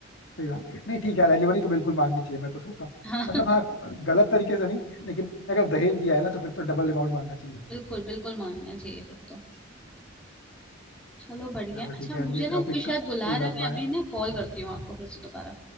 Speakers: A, on the left; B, in the centre.
A: सही बात है। नहीं ठीक है रेलिवरी तो बिल्कुल मांगनी चाहिए मैं तो सोचता हूँ
B: <laughs> हाँ
A: मतलब हाँ गलत तरीके से नहीं लेकिन अगर दहेज दिया है ना तो फिर तो डबल अमाउंट मांगना चाहिए
B: बिल्कुल बिल्कुल मांगना चाहिए फिर तो चलो बढ़िया
A: चलो
B: अच्छा
A: ठीक है यार
B: मुझे
A: ये
B: ना
A: टॉपिक
B: कोई शायद
A: काफी
B: बुला रहा
A: लंबा
B: है मैं अभी
A: है
B: ना कॉल करती हूँ आपको फिर से दोबारा